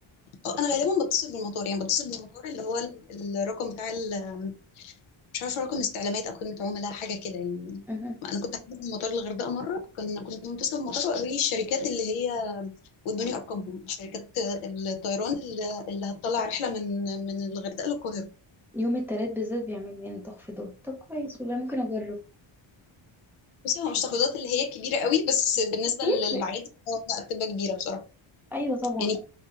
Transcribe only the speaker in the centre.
اها
يوم التلات بالذات بيعملوا يعني تخفيضات طب كويس والله ممكن اجرب
بيفرق
ايوه طبعا